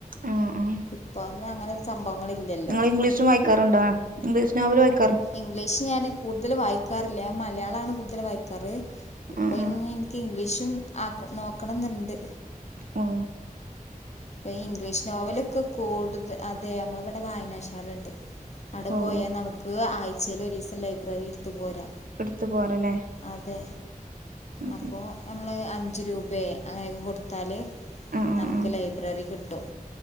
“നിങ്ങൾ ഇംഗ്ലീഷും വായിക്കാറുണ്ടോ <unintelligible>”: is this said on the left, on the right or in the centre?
Right